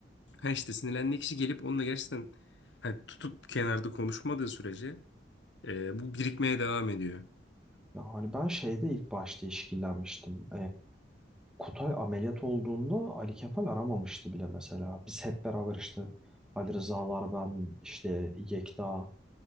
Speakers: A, on the left; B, in the centre.
A: Ha işte sinirlendiği kişi gelip onunla gerçekten hani tutup kenarda konuşmadığı sürece e, bu birikmeye devam ediyor.
B: ya hani ben şeyde ilk başta işkillenmiştim Kutay ameliyat olduğunda Ali Kefal aramamıştı bile mesela. Biz hep beraber işte Ali Rızalar, ben, işte Yekta,